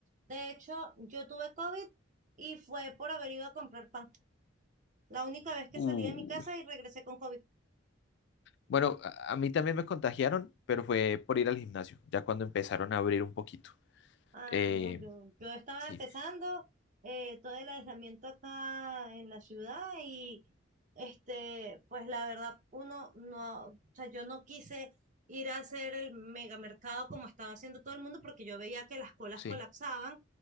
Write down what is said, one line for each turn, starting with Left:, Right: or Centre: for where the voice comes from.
Right: de hecho yo tuve COVID y fue por haber ido a comprar pan. La única vez que
Left: uh,
Right: salí de mi casa y regresé con COVID.
Left: bueno, a, a mí también me contagiaron, pero fue por ir al gimnasio, ya cuando empezaron a abrir un poquito.
Right: Ah,
Left: Eh,
Right: no, yo, yo estaba
Left: sí,
Right: empezando eh, todo el aislamiento acá en la ciudad y este, pues la verdad, uno no, o sea, yo no quise ir a hacer el megamercado como estaba haciendo todo el mundo porque yo veía que las colas
Left: sí,
Right: colapsaban,